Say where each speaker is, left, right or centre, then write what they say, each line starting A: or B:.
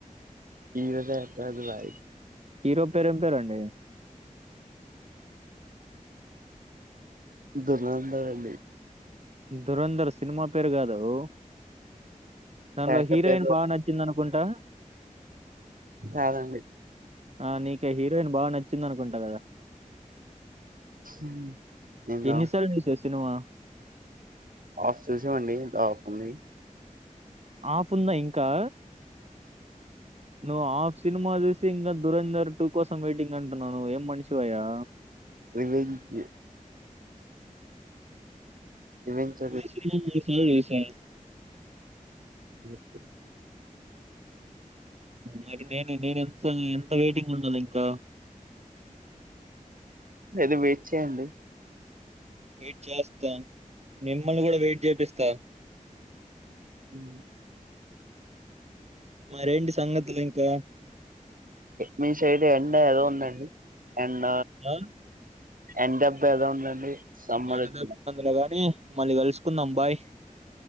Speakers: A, on the right (about 85°); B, on the right (about 50°).
A: <unintelligible>
B: హీరో పేరుం పేరుండి
A: దుర్నంద అండి
B: మ్ ధురంధర్ సినిమా పేరు కాదు ఒ, దానిలో
A: కాకపోతే
B: హీరోయిన్ బాగా నచ్చిందనుకుంటా
A: కదండి
B: ఆ నీక హీరోయిన్ బాగా నచ్చింది అనుకుంటా కదా
A: ఉమ్. నేను
B: ఎన్నిసాల్ చూసావ్ సినిమా
A: ఆఫ్ చేసామండి ఆఫ్ ఉంది
B: ఆఫ్ ఉందా ఇంకా నువ్వు హాఫ్ సినిమా చూసి, ఇంకా దురంధర్ టూ కోసం వెయిటింగ్ అంటున్నావ్, ఏం మనిషివాయ్యా
A: రివంజ్ కి రివెంజ్
B: <unintelligible> చూసా
A: మకు
B: మరి నేను నేను ఎంత ఎంత వెయిటింగ్ ఉండాలి ఇంకా
A: ఏదో వెయిట్ చేయండి
B: వెయిట్ చేస్తా మిమ్మల్ని కూడా వెయిట్ చేపిస్తా
A: మ్
B: మరేంటి సంగతులు ఇంకా
A: మీ సైడ్ ఎండా ఏలా ఉందండి ఎండ
B: ఆ?
A: ఎండబ్బా ఎలా ఉందండి సమ్మర్
B: ఎంట
A: వచ్చింది
B: ద పందలుగానీ మళ్ళీ కలుసుకుందాంబాయ్